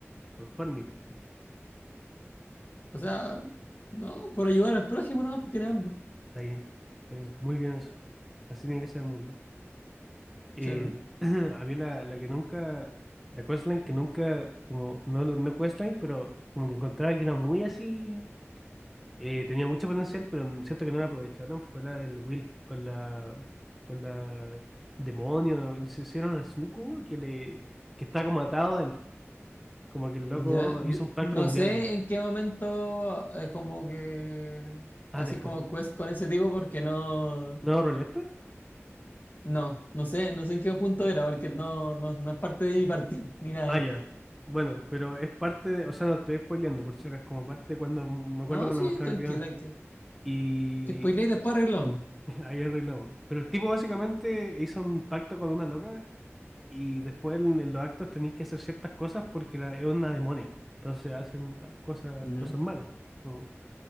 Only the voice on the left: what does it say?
O sea, no, por ayudar al prójimo, no, tiene hambre,
¿sí o no?
Ya, yo
no
sé
en qué momento eh, como que
así
como quest con ese tipo porque no,
no, no sé, no sé en qué punto era porque no, no, no es parte de mi partida ni nada.
No,
sí,
tranqui,
tranqui.
Si spoileáis, después arreglamos.
Ya.